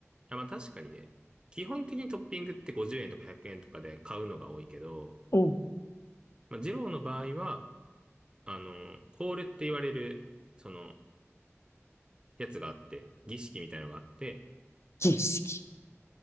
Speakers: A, on the right (about 20°); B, on the left (about 65°).
A: あ、まあ確かにね。基本的にトッピングって50円とか100円とかで買うのが多いけど、
B: うん、
A: まあ、二郎の場合は、あの、コールって言われる、その、やつがあって、儀式みたいのがあって、
B: 儀式。